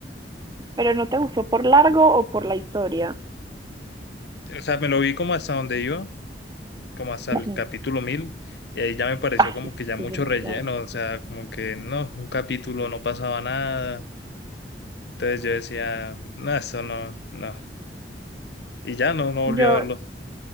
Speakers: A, on the right; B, on the left.
A: pero ¿no te gustó por largo o por la historia?
B: O sea, me lo vi como hasta donde iba, como hasta el
A: Ujú.
B: capítulo 1000 y ahí ya me pareció
A: Ah,
B: como
A: sí,
B: que ya mucho
A: sí, es demasiado.
B: relleno, o sea, como que no, un capítulo no pasaba nada. Entonces yo decía, no, eso no, no. Y ya no, no volví
A: Yo,
B: a verlo.